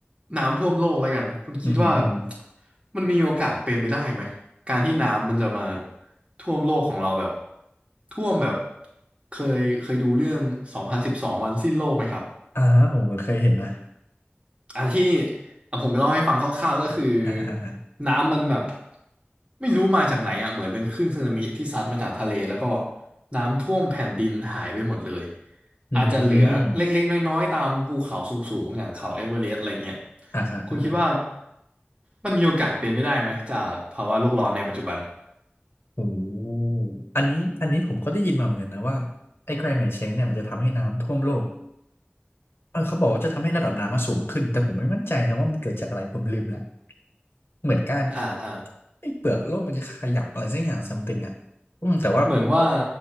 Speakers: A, on the right; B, on the left.
A: น้ำท่วมโลกแล้วกันคุณคิดว่า
B: อืมอืม
A: มันมีโอกาสเป็นไปได้ไหมการที่น้ำมันจะมาท่วมโลกของเราแบบท่วมแบบเคยเคยดูเรื่องสองพันสิบสองวันสิ้นโลกไหมครับ
B: อ่าผมเหอเคยเห็นนะ
A: อ่ะที่อ่ะผมเล่าให้ฟังคร่าวๆก็คือ
B: อ่าอ่า
A: น้ำมันแบบไม่รู้มาจากไหนอ่ะเหมือนเป็นคลื่นสึนามิที่ซัดมาจากทะเลแล้วก็น้ำท่วมแผ่นดินหายไปหมดเลย
B: อื
A: อาจจะเหลือเล็กๆน้อยๆตามภูเขาสูงๆอย่างเขาเอเวอเรสต์อะไรเงี้ย
B: มอ่าอ่าอ่าะ
A: คุณคิดว่ามันมีโอกาสเป็นไม่ได้ไหมจากภาวะโลกร้อนในปัจจุบัน
B: โอ้อันนี้อันนี้ผมก็ได้ยินมาเหมือนกันนะว่าไอ้แกรนด์ไหนเช้งเนี่ยมันจะทำให้น้ำท่วมโลก เออเขาบอกว่าจะทำให้ระดับน้ำมาสูงขึ้นแต่ผมไม่มั่นใจนะว่ามันเกิดจากอะไรผมลืมแล้วเหมือนการ
A: อ่าอ่า
B: ไอ้เปลือกโลกมันจะขยับอะไรสักอย่าง something อ่ะอืมแต่ว่า
A: เหมือนว่า